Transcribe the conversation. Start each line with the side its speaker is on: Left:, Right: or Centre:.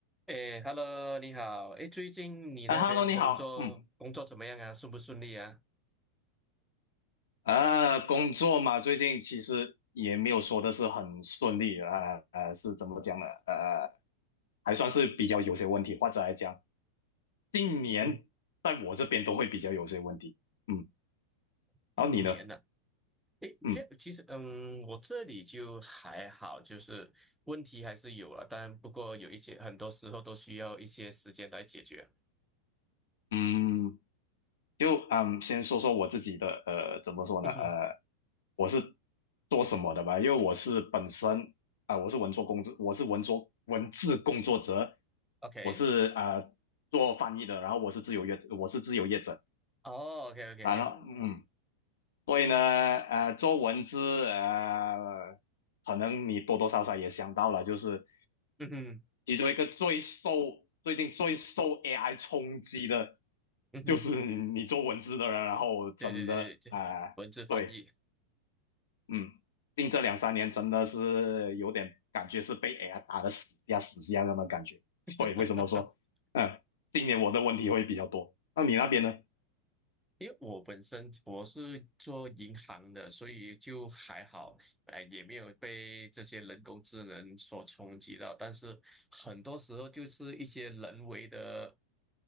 Centre: 哎，Hello，你好。哎，最近你那边工作工作怎么样啊？
Left: 啊，Hello，你好，嗯，
Centre: 顺不顺利啊？
Left: 呃，工作嘛，最近其实也没有说的是很顺利，呃呃，是怎么讲呢？呃，还算是比较有些问题，或者来讲，近年在我这边都会比较有些问题，
Centre: 嗯，
Left: 嗯，
Centre: 近年了、
Left: 然后你呢？
Centre: 啊哎，
Left: 嗯
Centre: 这其实，嗯，我这里就还好，就是问题还是有啊，但不过有一些很多时候都需要一些时间来解决。
Left: 嗯。就嗯，先说说我自己的呃，怎么说呢？
Centre: 嗯哼
Left: 呃，我是做什么的吧？因为我是本身啊、我是文作工作，我是文作文字工作者，
Centre: ，OK，
Left: 我是啊、呃做翻译的，然后我是自由业，我是自由业者，
Centre: 哦，OK，OK，
Left: 然后嗯，所以呢，呃，做文字呃，可能你多多少少也想到了，就是
Centre: 嗯哼，
Left: 其中一个最受最近最受 AI 冲击的，
Centre: 嗯哼，
Left: 就是你做文字的人，然后真的啊、
Centre: 对对对对对，
Left: 呃对，
Centre: 文字翻译。
Left: 嗯，近这两三年真的是有点感觉是被 AI 打的死下死下那么感觉，
Centre: <laughs>
Left: 所以为什么说，嗯，今年我的问题会比较多，那你那边呢？
Centre: 因为我本身我是做银行的，所以就还好，哎，也没有被这些人工智能所冲击到。但是很多时候就是一些人为的